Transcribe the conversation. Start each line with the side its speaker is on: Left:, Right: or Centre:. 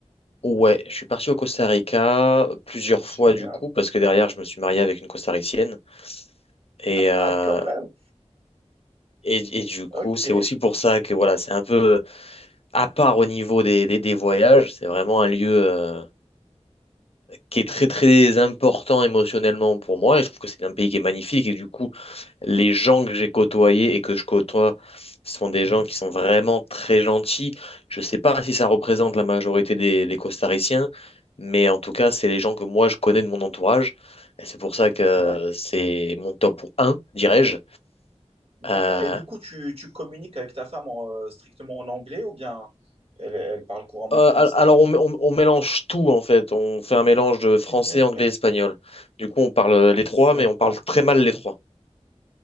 Left: Ouais, je suis parti au Costa Rica plusieurs
Right: Génial.
Left: fois du coup, parce que derrière, je me suis marié avec une Costaricienne. Et, euh,
Right: Ah, quand même.
Left: et, et du coup,
Right: Ok.
Left: c'est aussi pour ça que voilà, c'est un peu euh, à part au niveau des, des, des voyages. C'est vraiment un lieu euh, qui est très très important émotionnellement pour moi. Et je trouve que c'est un pays qui est magnifique. Et du coup, Les gens que j'ai côtoyés et que je côtoie sont des
Right: Mhm.
Left: gens qui sont vraiment très gentils. Je ne sais pas si ça représente la majorité des, des Costariciens, mais en tout cas, c'est les gens que moi je connais de mon entourage. Et c'est pour ça que
Right: Ouais,
Left: c'est mon top un, dirais-je.
Right: d'accord.
Left: Euh,
Right: Et du coup, tu, tu communiques avec ta femme en, euh, strictement en anglais ou bien elle, elle parle couramment
Left: euh,
Right: français?
Left: al- alors, on, on- on mélange tout en fait. On fait un mélange de
Right: <laughs>
Left: français, anglais, espagnol. Du coup, on parle les
Right: Super.
Left: trois, mais on parle très mal les trois.